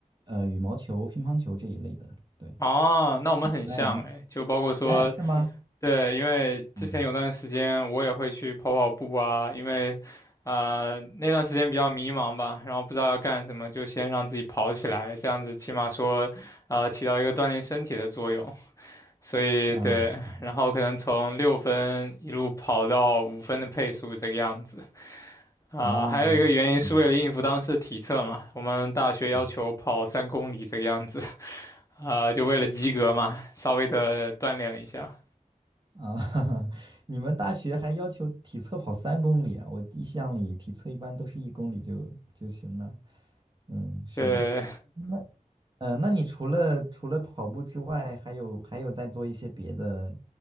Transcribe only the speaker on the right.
呃羽毛球、乒乓球这一类的。对，
哎
哎，是吗？
嗯
嗯
哦嗯
嗯
啊，<laughs> 你们大学还要求体测跑三公里啊？我印象里体测一般都是一公里就就行了。嗯，是的。
那呃，那你除了除了跑步之外，还有还有在做一些别的